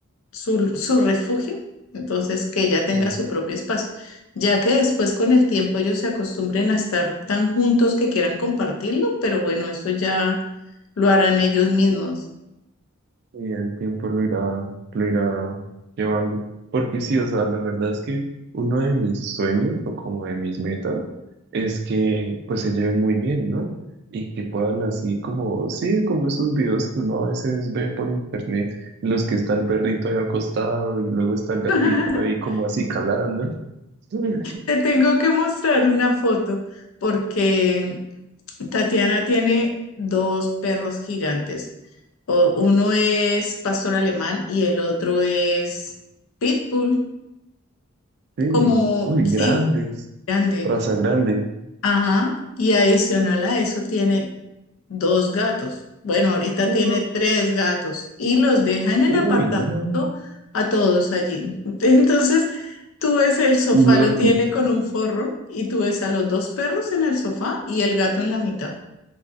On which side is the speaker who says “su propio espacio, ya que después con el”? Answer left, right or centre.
Left